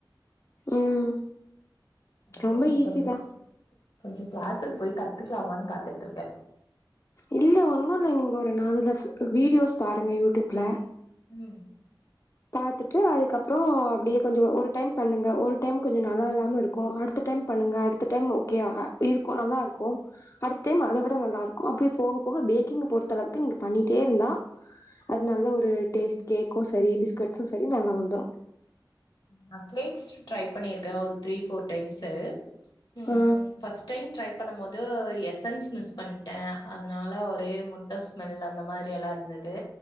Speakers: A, on the left (about 40°); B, on the left (about 70°).
A: ம்
B: இன்னும்
A: ரொம்ப ஈஸி
B: கொஞ்ச
A: தா
B: கொஞ்சம் கிளாசுக்கு போய் கத்துக்கலாமான்னு பாத்துட்டு இருக்கேன்
A: இல்ல ஒன்னும் இல்ல நீங்க ஒரு நாளு ரஷ் வீடியோஸ் பாருங்க யூடியூப்ல
B: ம்
A: பாத்துட்டு அதுக்கப்றோ அப்டியே கொஞ்சம் ஒரு டைம் பண்ணுங்க ஒரு டைம் கொஞ்ச நல்லா இல்லாம இருக்கும் அடுத்த டைம் பண்ணுங்க அடுத்த டைம் ஓகோயா இருக்கும் நல்லா இருக்கு அடுத்த டைம் அத விட நல்லா இருக்கும் அப்டியே போக போக பேக்கிங் பொறுத்தளவுக்கு‌ நீங்க பண்ணிட்டே இருந்தா அது நல்ல ஒரு டேஸ்ட் கேக்கும் சேரி பிஸ்கட்ஸ்சும் சேரி நல்லா வந்துரு
B: நான் கேல்க்ஸ் ட்ரை பண்ணிருக்கேன் ஒரு த்ரீ ஃபோர் டைம்ஸ்ஸு ம்
A: ஆ
B: ஃபஸ்ட் டைம் ட்ரை பண்ணும்போது எசன்ஸ் மிஸ் பண்டே அதனால் ஒரே முட்ட ஸ்மெல் அந்த மாரி எல்லா இருந்தது